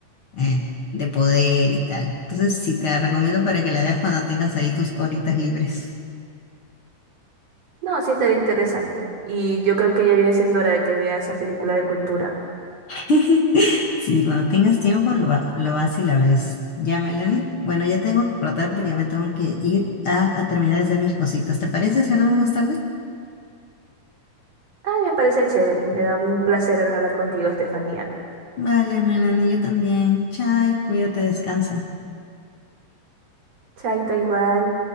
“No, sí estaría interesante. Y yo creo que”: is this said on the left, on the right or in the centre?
Right